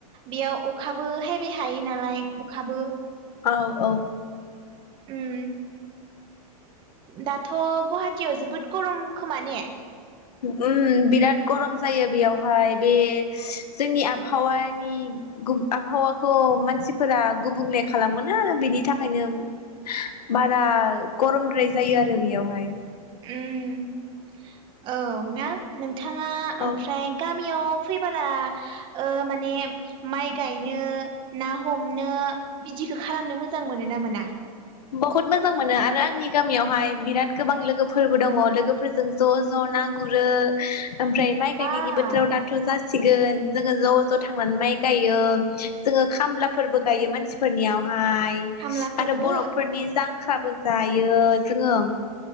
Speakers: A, on the right; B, on the left.
A: बेयाव अखाबो हायबाय थायो नालाय अखाबो
B: औ औ
A: उम दाथ' गुवाहाटियाव जोबोद गरम खोमा ने?
B: उम बिराद गरम जायो बेयावहाय बे जोंनि आबहावानि गुब आबहावाखौ मानसिफोरा गुबुंले खालामोना आरो बेनि थाखायनो बारा गरमद्राय जायो आरो बेयावहाय।
A: उम औ ना नोंथाङा ओमफ्राय
B: औ
A: गा गामियाव फैबोला माने माइ गायनो ना हमनो बिदिखौ खालामनो मोजां मोनो ना मोना?
B: बहुत मोजां मोनो आरो आंनि गामियावहाय बिराद गोबां लोगोफोरबो दङ लोगोफोरजों ज' ज' ना गुरो ओमफ्राय माइ
A: वाव
B: गायनायनि बोथोराव दाथ' जासिग सिगोन जोङो ज' ज' थांनानै माइ गायो जोङो खामलाफोरबो गायो मानसिफोरनियाव। हाय
A: खामलाफोरबो
B: आरो बर' जांख्राबो जायो जोङो।